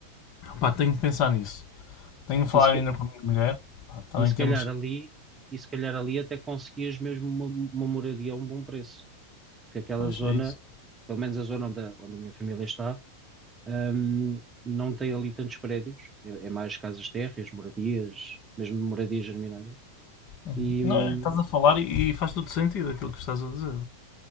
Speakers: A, on the left; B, on the right.
A: Pá, tenho que pensar nisso. Tenho a falar
B: E se, ca-
A: ainda com a minha mulher. Pá, também
B: e se
A: temos.
B: calhar ali, e se calhar ali até conseguias mesmo uma, uma moradia a um bom preço, porque aquela
A: Pois
B: zona,
A: é isso.
B: pelo menos a zona onde a, onde a minha família está, hum, não tem ali tantos prédios, é, é mais casas térreas, moradias, mesmo moradias germinadas.
A: Uhum.
B: E
A: Não,
B: hum,
A: é, estás a falar e, e faz todo sentido aquilo que estás a dizer.